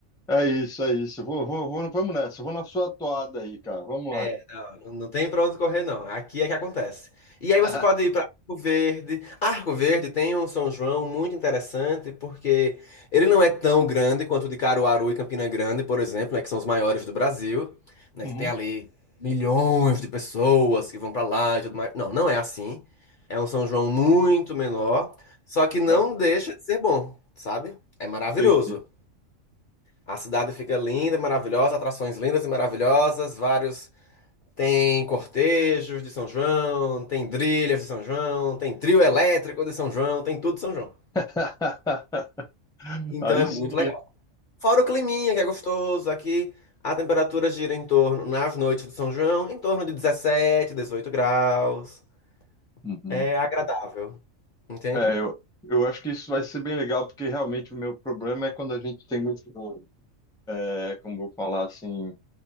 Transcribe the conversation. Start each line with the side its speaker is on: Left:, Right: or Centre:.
Centre: É isso, é isso. Vou, vou, vou, vamos nessa. Vou na sua toada aí, cara. Vamos
Left: É,
Centre: lá.
Left: não, não tem pra onde correr, não. Aqui é que acontece. E aí
Centre: <laughs>
Left: você pode ir para Arco Verde. Arco Verde tem um São João muito interessante, porque ele não é tão grande quanto o de Caruaru e Campina Grande, por exemplo, né, que são os maiores do Brasil, né,
Centre: Uhum.
Left: que tem ali milhões de pessoas que vão pra lá e tudo mais. Não, não é assim. É um São João muito menor, só que não
Centre: Ah,
Left: deixa de ser bom, sabe? É maravilhoso.
Centre: entendi.
Left: A cidade fica linda, maravilhosa, atrações lindas e maravilhosas, vários tem cortejos de São João, tem trilhas de São João, tem trio elétrico de São João, tem tudo de São João.
Centre: <laughs>
Left: Então
Centre: Aí
Left: é muito
Centre: sim.
Left: legal.
Centre: hein?
Left: Fora o climinha, que é gostoso, aqui a temperatura gira em torno, nas noites de São João, em torno de 17, 18 graus.
Centre: Uhum.
Left: É agradável, entende?
Centre: É, eu, eu acho que isso vai ser bem legal, porque realmente o meu problema é quando a gente tem muito, é, como eu vou falar assim,